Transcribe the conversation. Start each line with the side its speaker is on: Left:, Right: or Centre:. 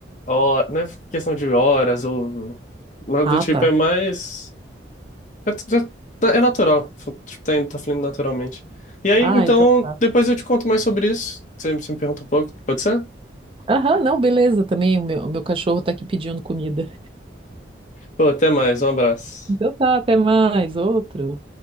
Left: hora, não é questão de horas ou nada
Right: Ah,
Left: do tipo,
Right: tá.
Left: é mais. É, é- é é natural, está tá fluindo naturalmente. E aí,
Right: Ah,
Left: então,
Right: então. tá.
Left: depois eu te conto mais sobre isso. Você, você me pergunta um pouco, pode ser?
Right: Aham, não, beleza também. O meu, o meu cachorro tá aqui pedindo comida.
Left: Pô, até mais, um abraço.
Right: Então tá, até mais. Outro.